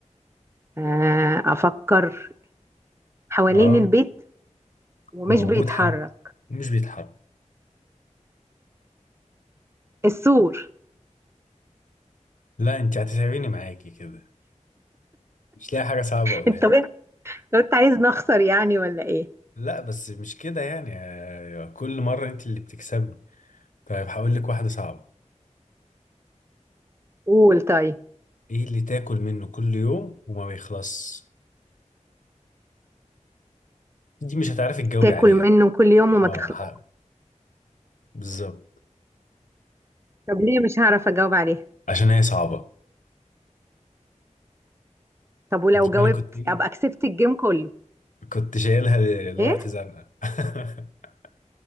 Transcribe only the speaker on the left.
اه
موجود
حق ومش بيتحرك
لا انت هتتعبيني معاكي كده مش لاقي حاجه صعبه اقولها
لك
لا بس مش كده يعني يا- كل مره انت اللي بتكسبني طيب هقول لك واحده صعبه
ايه اللي تاكل منه كل يوم وما بيخلص دي مش هتعرفي تجاوبي
عليها
بقى
اه
ح- بالظبط
عشان هي صعبة
دي
أنا كنت إيه
كنت شايلها ل- لوقت
زنقة <laughs>